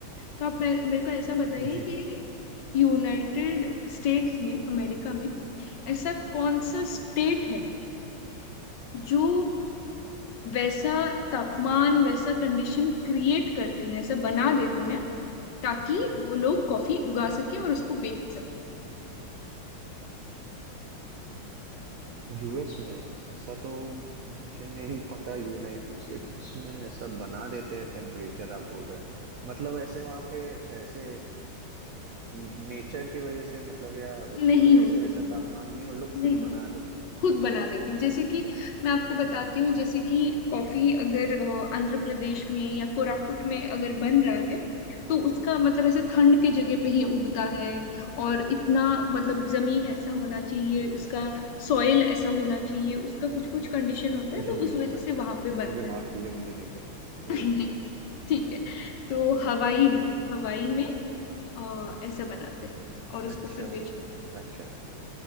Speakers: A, on the left; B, on the right.
A: तो आप मे- मेरे को ऐसा बताइए
B: जी
A: कि यूनाइटेड स्टेट्स में अमेरिका में ऐसा कौन सा स्टेट है जो वैसा तापमान वैसा कंडीशन क्रिएट करते हैं ऐसा बना देते हैं ताकि वो लोग कॉफी उगा सके और उसको बेच सके
B: यूएस में ऐसा तो मुझे नहीं पता यूनाइटेड स्टेट्स में ऐसा बना देते हैं टेम्परेचर आप बोल रहे हैं मतलब ऐसे वहां पे ऐसे नेचर की वजह से मतलब या उसकी
A: नहीं
B: वजह
A: होता
B: से वैसा
A: है
B: तापमान नहीं वो लोग
A: नहीं
B: खुद बना देते हैं
A: खुद बना देती जैसे कि मैं आपको बताती हूँ जैसे कि कॉफी अगर अ, आंध्र प्रदेश में या कोरापुट में अगर बन रहा है तो उसका मतलब ऐसे ठंड के जगह पे ही उगता है और इतना मतलब जमीन ऐसा होना चाहिए उसका सॉइल ऐसा होना चाहिए उसका कुछ कुछ कंडीशन होता
B: मुझे
A: है तो
B: नहीं
A: उस वजह
B: पता
A: से वहां पे
B: मुझे
A: बनता
B: माफ कीजिए मुझे नहीं पता मुझे
A: है
B: नहीं
A: <laughs>
B: पता
A: ठीक है तो हवाई में हवाई में अ, ऐसा बनाते हैं और उसको
B: अच्छा
A: फिर बेचते हैं
B: अच्छा